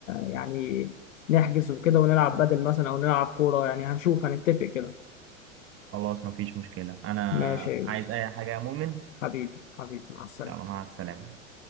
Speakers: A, on the left; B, on the right.
A: يعني نحجز وكده ونلعب بدل مثلا او نلعب كورة يعني هنشوف هنتفق كده
B: خلاص مفيش مشكله انا
A: ماشي يا يوسف
B: عايز اي حاجه يا مؤمن
A: حبيبي حبيبي مع السلامة
B: يلا مع السلامة